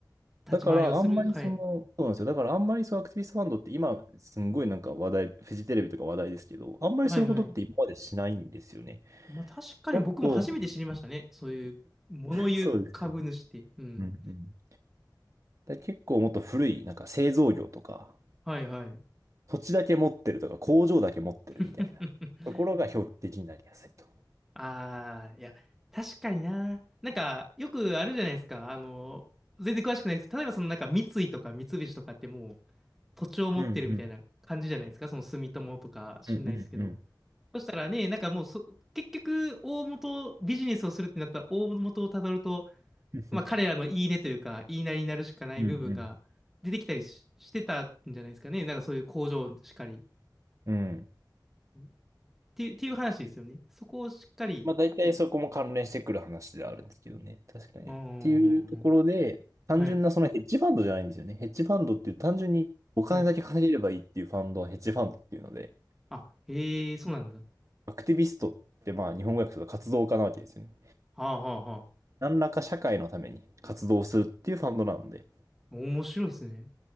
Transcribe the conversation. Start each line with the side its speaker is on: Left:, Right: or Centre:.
Centre: 立ち回りをする。
Right: だから、あんまりその、
Centre: はい。
Right: そうなんですよ。だから、あんまりそのアクティビストファンドって今、すんごいなんか話題、フジテレビとか話題ですけど、あんまりそういうことって今までしないんですよね。
Centre: はい、はい。まあ確かに僕も初めて知りましたね。
Right: もっと、
Centre: そういう、物言う株主って。
Right: そうですよね。
Centre: うん。
Right: うんうん。だ結構もっと古い、なんか製造業とか、
Centre: はいはい。
Right: 土地だけ持ってるとか、工場だけ持ってるみたいなところが標的になりやすいと。
Centre: <laughs> ああ、いや、確かにな。なんか、よくあるじゃないですか。あの、全然詳しくないですけど、例えばそのなんか三井とか三菱とかってもう土地を持ってるみたいな感じじゃないですか。
Right: うんうん。
Centre: その住友とか知んないですけど。
Right: うんうんうん。
Centre: そしたらね、なんかもうそ、結局、大元、ビジネスをするってなったら大元をたどると、
Right: <laughs>
Centre: まあ、彼らの言い値というか、言いなりになるしかない部分が出てきたりし、
Right: うんうん。
Centre: してたんじゃないですかね。なんかそういう工場しかり。
Right: うん
Centre: っていう、っていう話ですよね。そこをしっかり。
Right: まあ大体そこも関連してくる話ではあるんですけどね。確かに。
Centre: うんうんうんうん。
Right: っていうところで、単純なそのヘッジファンドじゃないんですよね。
Centre: はい。
Right: ヘッジファンドっていう単純にお金だけ稼げればいいっていうファンドはヘッジファンドっていうので、
Centre: はい。あ、ええそうなんだ。は
Right: アクティビストってまあ日本語訳すると活動家なわけですよね。
Centre: あはあは
Right: 何らか社会のために活動するっていうファンドなので、っ
Centre: あ。面白いですね。